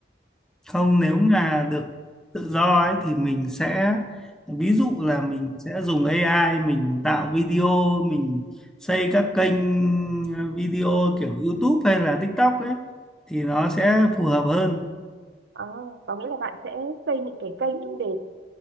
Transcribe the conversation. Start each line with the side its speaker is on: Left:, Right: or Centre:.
Centre: không nếu mà được tự do ấy thì mình sẽ ví dụ là mình sẽ dùng AI mình tạo video mình xây các kênh ờ, video kiểu YouTube hay là TikTok ấy thì nó sẽ phù hợp hơn
Right: Ờ, có nghĩa là bạn sẽ xây những cái kênh để